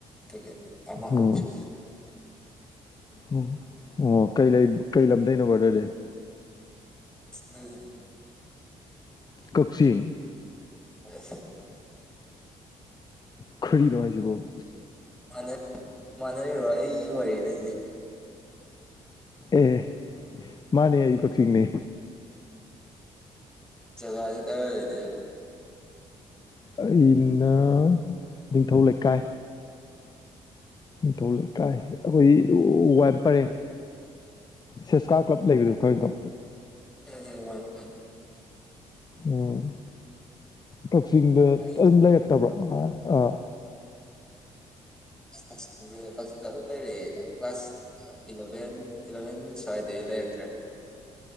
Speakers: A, in the centre; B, on the left.
A: ꯌꯥ ꯀꯃ ꯍꯧꯆ
B: ꯑꯣ ꯎꯝ ꯑꯣ ꯀꯩ ꯀꯩ ꯂꯝꯗꯣꯏꯩꯅꯣꯕꯗꯗꯤ
A: ꯂꯩꯗꯅ
B: ꯀꯛꯆꯤꯡ
A: ꯍꯣꯏ
B: ꯈꯔꯤ ꯅꯣꯏꯖꯕꯨ
A: ꯃꯅ ꯃꯅꯔꯤꯔꯣ ꯑꯩ ꯋꯥꯔꯤꯗ
B: ꯑꯦ ꯃꯥꯅꯦ ꯑꯩ ꯀꯛꯆꯤꯡꯅꯦ
A: ꯆꯒꯁꯤ ꯀ ꯑꯣꯏꯗ
B: ꯑꯩꯅ ꯅꯤꯡꯊꯧ ꯂꯩꯀꯥꯏ ꯊꯣꯛꯧꯂ ꯀꯥꯏ ꯑꯩꯈꯣꯏ ꯋꯥ ꯄꯔꯦ ꯁꯦꯁꯀꯥ ꯀ꯭ꯂꯕ ꯂꯩꯕꯗꯣ ꯀꯣ ꯇꯣ
A: ꯀ ꯋꯥꯏ <inaudible>
B: ꯎꯝ ꯀꯛꯆꯤꯡꯗ
A: ꯑꯩ
B: ꯑꯗꯨꯝ ꯂꯩꯔꯛꯇꯕ꯭ꯔꯣ ꯑ
A: ꯛꯆꯁꯦ ꯀꯛꯆꯤꯡꯗ ꯑꯗꯨꯝ ꯂꯩꯔꯦ ꯀ꯭ꯂꯥꯁ ꯏꯂꯚꯦꯟ ꯏꯂꯚꯦꯟ ꯁ꯭ꯋꯥꯏ ꯁꯨꯋꯥꯏ ꯗꯩꯩ ꯂꯩꯔꯛꯇ꯭ꯔꯦ